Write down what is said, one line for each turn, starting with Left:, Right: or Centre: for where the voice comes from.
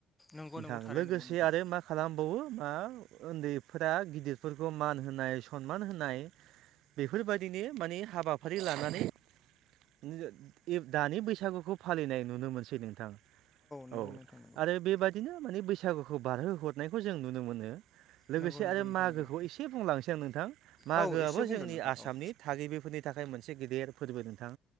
Left: नंगौ
Right: नोंथां।
Left: नंगौ थारैनो
Right: लोगोसे
Left: नंगौ नोंथां
Right: आरो मा खालामबावो मा उन्दैफोरा गिदिरफोरखौ मान होनाय सनमान होनाय बेफोरबायदिनो माने हाबाफारि लानानै <unintelligible> दानि बैसागुखौ फालिनाय नुनो मोनसै नोंथां।
Left: नंगौ
Right: औ
Left: नोंथां
Right: आरो बेबादिनो माने बैसागुखौ बारहोहरनायखौ जों नुनो मोनो। लोगोसे
Left: नंगौ नंगौ
Right: आरो मागोखौ
Left: नोंथां नंगौ
Right: एसे बुंलांनोसै आं नोंथां मागोआबो
Left: औ एसे बुंदो
Right: जोंनि
Left: नोंथां
Right: आसामनि
Left: औ
Right: थागिबिफोरनि थाखाय नाय मोनसे गेदेर फोरबो नोंथां